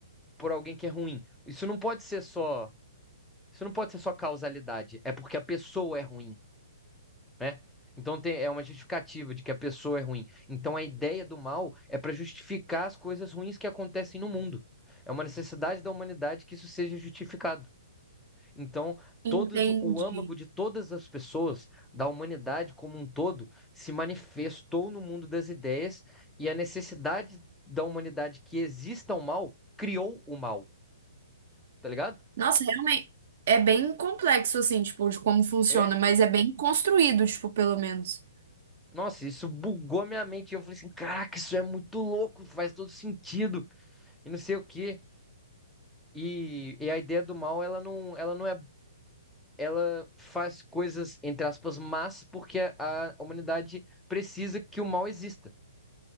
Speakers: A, in the centre; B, on the right.
A: por alguém que é ruim. Isso não pode ser só. Isso não pode ser só causalidade. É porque a pessoa é ruim, né? Então tem, é uma justificativa de que a pessoa é ruim. Então a ideia do mal é para justificar as coisas ruins que acontecem no mundo. É uma necessidade da humanidade que isso seja justificado. Então,
B: entendi.
A: todas, o âmago de todas as pessoas, da humanidade como um todo, se manifestou no mundo das ideias e a necessidade da humanidade que exista o mal criou o mal, tá ligado?
B: Nossa, realmente é bem complexo, assim, tipo, de como funciona,
A: É.
B: mas é bem construído, tipo, pelo menos.
A: Nossa, isso bugou minha mente. Eu falei assim: caraca, isso é muito louco, faz todo sentido, e não sei o quê. E, e a ideia do mal, ela não, ela não é. Ela faz coisas, entre aspas, mas porque a a humanidade precisa que o mal exista.